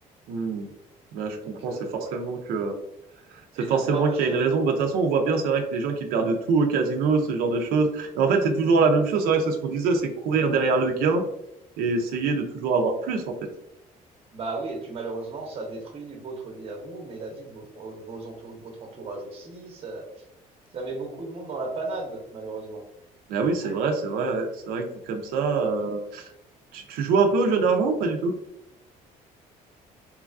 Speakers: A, on the right (about 85°); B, on the right (about 40°).
A: Hmm. Ben, je comprends,
B: Donc euh,
A: c'est forcément
B: voilà.
A: que c'est
B: Eh
A: forcément
B: bien, mon brave monsieur.
A: qu'il y a une raison. Bah, de toute façon, on voit bien, c'est vrai que les gens qui perdent tout au casino, ce genre de choses. Et en fait, c'est toujours la même chose. C'est vrai, c'est ce qu'on disait, c'est courir derrière le gain et essayer de toujours avoir plus, en fait.
B: Bah oui, et puis malheureusement, ça détruit votre vie à vous, mais la vie de votre, de vos entour- de votre entourage aussi. Ça, ça met beaucoup de monde dans la panade, malheureusement.
A: Ah oui, c'est vrai, c'est vrai, ouais. C'est vrai que dit comme ça, euh, tu, tu joues un peu aux jeux d'argent ou pas du tout?